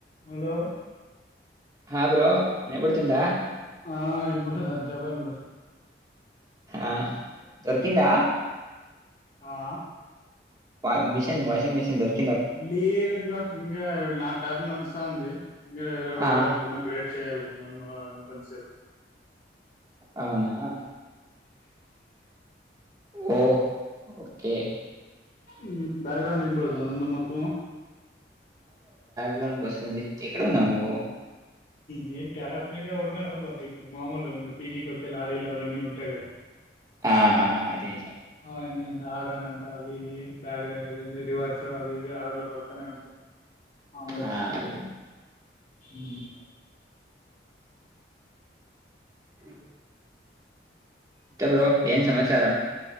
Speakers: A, on the left; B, on the right.
A: ముందు
B: హా బ్రో వినబడుతుందా
A: ఆ వినపడ్తంది చెప్పండి బ్రో
B: ఆ దొరకిందా
A: ఆ
B: వా మిషన్ వాషింగ్ మిషన్ దొరి
A: లేదు బ్రో ఇంగా నా టర్న్ స్తాంది. ఇంగా వేరే వేరే
B: ఆ
A: వాళ్ళు ఉన్నా వే విశయాలు ఎనఎన్నెన్నో అనుకొని చెప్పు
B: అవునా ఓ ఓకే
A: ఊ బ్యాక్గ్రౌండ్ వినపడుతందా అన్న మొత్తము
B: గ్రౌండ్ వస్తుంది. ఎక్కడున్నావు నువ్వు?
A: నేను టెర్రస్ మీద ఉన్నా బట్ మామూలు ఇంకా పీజీకి వచ్చే లారీలు అవన్నీ ఉంటాయి కదా
B: ఆహా అదే
A: అ ఎన్ని అంత ఆరన్న అంటా అవి ఇవి బ్యాగ్ర రీవర్స్ అవి ఇవి ఆరన్లు కొడతనే ఉంటాయి మామూలే
B: ఆ అది
A: ఊ
B: అ ఇంకా బ్రో ఏం సమాచారం